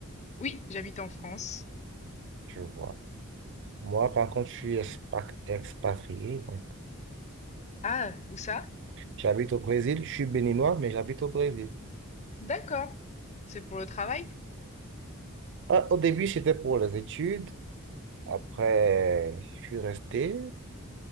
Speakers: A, on the left (about 30°); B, on the right (about 55°).
A: Oui, j'habite en France.
B: Je vois. Moi, par contre, je suis expa- expatrié. donc,
A: Ah, où ça?
B: j'habite au Brésil. Je suis béninois, mais j'habite au Brésil.
A: D'accord. C'est pour le travail?
B: Ah, au début, c'était pour les études. Après, je suis resté.